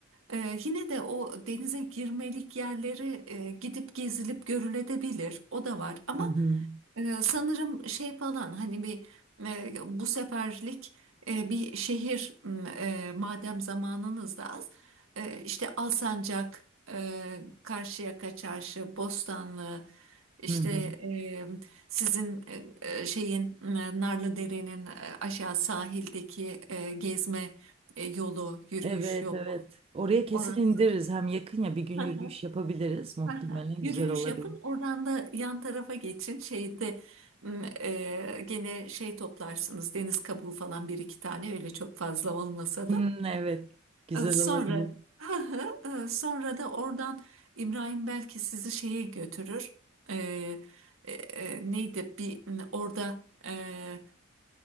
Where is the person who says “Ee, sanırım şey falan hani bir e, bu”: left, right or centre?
Right